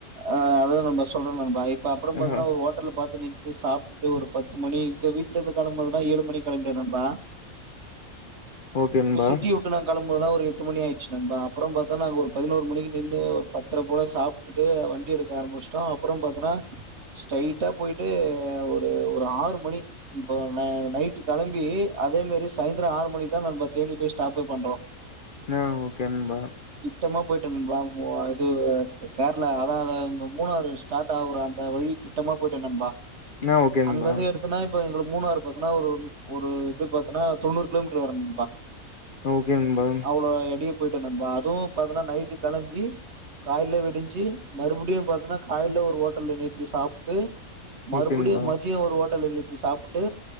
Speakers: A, on the right; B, on the left.
A: ஆ அதாவ்து நண்பா சொல்ற நண்பாஇப்ப அப்றம்
B: ஆஹ
A: பாத்தனா ஒரு ஓட்டல பார்த்து நிறுத்தி சாப்டுட்டு ஒரு பத் து மணி இங்க வீட்லேந்து கெளம்போதுன்னா ஏழு மணி கெளம்பிட்டோ நண்பா
B: ஓகே நண்பா
A: இப்ப சிட்டிய உட்டுனா களம்போதுலா ஒரு எட்டு மணி ஆயிட்ச்சி நண்பா அப்றம்பாத்தனா அங்க ஒரு பதினொரு மணிக்கு நின்னு பத்தர போல சாப் டுட்டு வண்டி எடுக்க ஆரம்மிச்ட்டோ அப்பறம் பாத்தனா ஸ்டைட்டா போயிட்டு ஒரு ஒரு ஆறு மணி இப்போ ந நைட்டு கெளம்பி அதே மாரி சாய்ந்தரம் ஆறு மணிக்குதா நண்பா தேனீலயே ஸ்டாப்பே பண்றோ
B: ன ஓக்கே நண்பா
A: கிட்டமா போயிட்டோ நண்பா ஓ இது கேர்ளா அதா மூணாறு ஸ்டார்ட் ஆவுற அந்த வழி கிட்டமா போயிட்டோ நண்பா
B: ஆ ஓகே நண்பா
A: அங்கந்து எடுத் தன்னா இப்ப எங்களுக்கு மூணாறு பாத்தன்னா ஒரு ஒரு எப்டி பாத்தன்னா தொண்ணூறு கிலோமீட்டர் வருண்பா
B: ஓகே நண்பா
A: அவ்ளோ எடையு போயிட்டோ நண்பா அதுவு பாத்தன்னா நைட்டு கெளம்பி கால்ல விடிஞ்சி மறுபடியு பாத்தேனா காலைல ஒரு ஓட்டல்ல நிறுத்தி சாப் டு மறுபடியு
B: ஓகே நண்பா
A: மச் ஜியோ ஒரு ஓட்டல்ல நிறுத்தி சாப்புட்டு